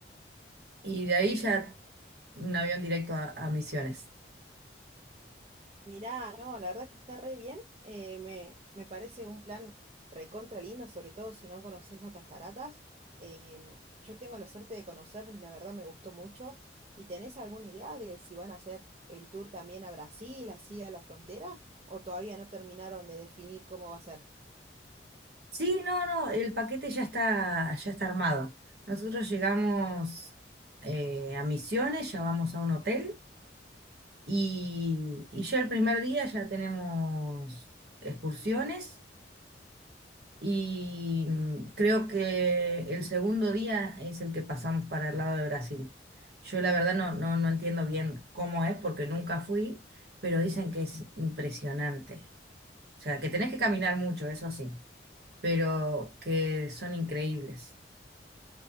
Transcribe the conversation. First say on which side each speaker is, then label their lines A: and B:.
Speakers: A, on the right; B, on the right.
A: y de ahí ya un avión directo a, a Misiones.
B: Mirá, no, la verdad que está re bien. eh, me, me parece un plan recontra lindo, sobre todo si no conoces las cataratas. em, yo tengo la suerte de conocerlos y la verdad me gustó mucho. ¿Y tenés alguna idea de si van a hacer el tour también a Brasil, así a la frontera? ¿O todavía no terminaron de definir cómo va a ser?
A: Sí, no, no, el paquete ya está, ya está armado. Nosotros llegamos eh, a Misiones, ya vamos a un hotel y, y ya el primer día ya tenemos excursiones. y mm, creo que el segundo día es el que pasamos para el lado de Brasil. Yo la verdad no, no, no entiendo bien cómo es porque nunca fui, pero dicen que es impresionante. O sea, que tenés que caminar mucho, eso sí, pero que son increíbles.